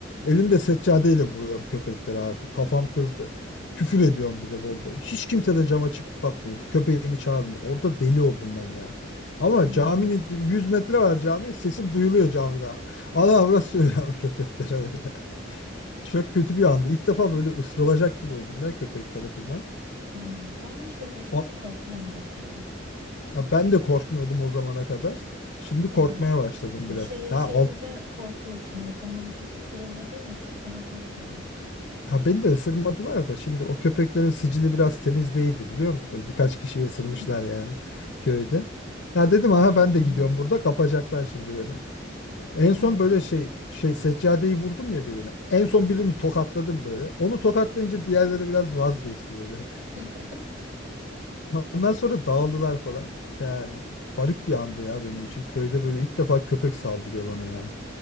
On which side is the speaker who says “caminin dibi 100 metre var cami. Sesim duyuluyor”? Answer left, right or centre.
Left